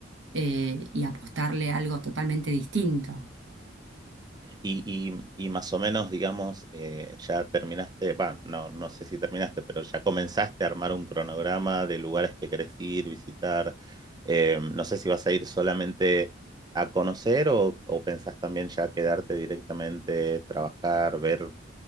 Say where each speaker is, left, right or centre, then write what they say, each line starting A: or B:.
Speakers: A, on the right; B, on the right.
A: eh, y apostarle a algo totalmente distinto.
B: Y, y- y más o menos, digamos, eh, ya terminaste, va, no, no sé si terminaste, pero ya comenzaste a armar un cronograma de lugares que querés ir, visitar. Eh, no sé si vas a ir solamente a conocer o, o pensás también ya quedarte directamente, trabajar, ver,